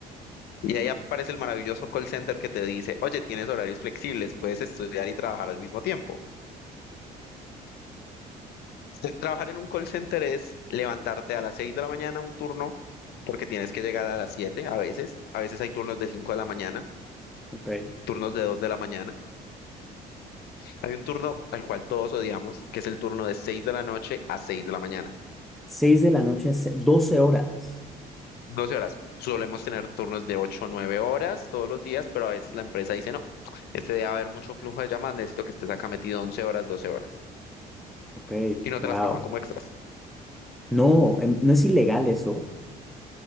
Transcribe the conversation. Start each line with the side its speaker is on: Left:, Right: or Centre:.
Left: Y ahí aparece el maravilloso call center que te dice, oye, tienes horarios flexibles, puedes estudiar y trabajar al mismo tiempo. Este, Trabajar en un call center es levantarte a las 6 de la mañana un turno, porque tienes que llegar a las siete. a veces. A veces hay turnos de 5 de la mañana,
Centre: ok.
Left: turnos de 2 de la mañana. Hay un turno al cual todos odiamos, que es el turno de 6 de la noche a 6 de la mañana.
Centre: Seis de la noche, se- 12 horas.
Left: doce horas. Solemos tener turnos de 8, o 9 horas todos los días, pero a veces la empresa dice, no, este día va a haber mucho flujo de llamadas, necesito que estés acá metido 11 horas, 12 horas.
Centre: Ok,
Left: Y no
Centre: wow.
Left: te las pagan como extras.
Centre: No, em, no es ilegal eso.